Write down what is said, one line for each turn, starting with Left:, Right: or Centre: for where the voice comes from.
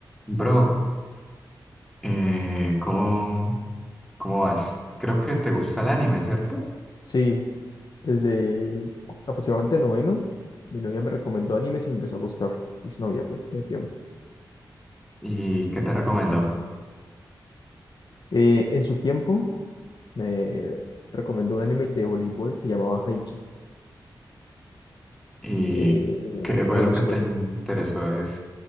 Centre: Bro, eh, ¿cómo, cómo vas? Creo que te gusta el anime, ¿cierto?
Left: Sí, desde aproximadamente noveno, mi novia me recomendó animes y me empezó a gustar. Es novia, pues, de tiempo.
Centre: ¿Y qué te recomendó?
Left: Eh, en su tiempo, me recomendó un anime de voleibol, se llamaba Haikyuu.
Centre: ¿Y
Left: Eh,
Centre: qué fue
Left: me
Centre: lo
Left: gustó.
Centre: que te interesó? de ese?